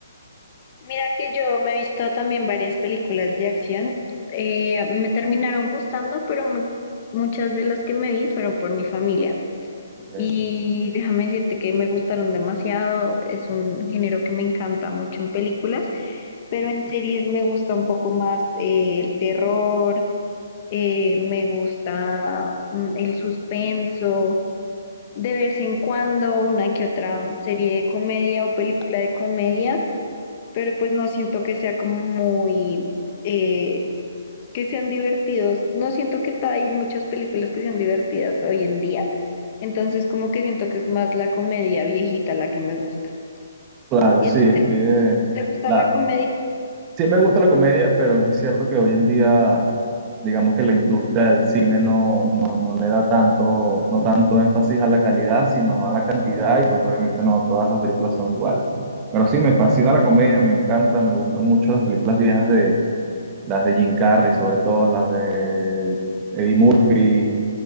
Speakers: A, on the left; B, on the right.
A: Mira que yo me he visto también varias películas de acción. Eh, me terminaron gustando, pero mu- muchas de las que me vi fueron por mi familia.
B: Eh,
A: Y déjame decirte que me gustaron demasiado. Es un género que me encanta mucho en películas, pero en series me gusta un poco más eh, el terror, eh, me gusta mm, el suspenso. De vez en cuando una que otra serie de comedia o película de comedia pero pues no siento que sea como muy, eh, que sean divertidos. No siento que ta- hay muchas películas que sean divertidas hoy en día, entonces como que siento que es más la comedia viejita la que me gusta.
B: claro,
A: ¿Y
B: sí,
A: a ti
B: es
A: te,
B: que... eh,
A: te gusta
B: la-
A: la comedia?
B: Sí me gusta la comedia, pero es cierto que hoy en día, digamos que la industria del cine no, no, no le da tanto, no tanto énfasis a la calidad, sino a la cantidad, y pues obviamente no todas las películas son iguales. Pero sí, me fascina la comedia, me encanta, me gustan mucho las películas viejas de las de Jim Carrey, sobre todo las de Eddie Murphy.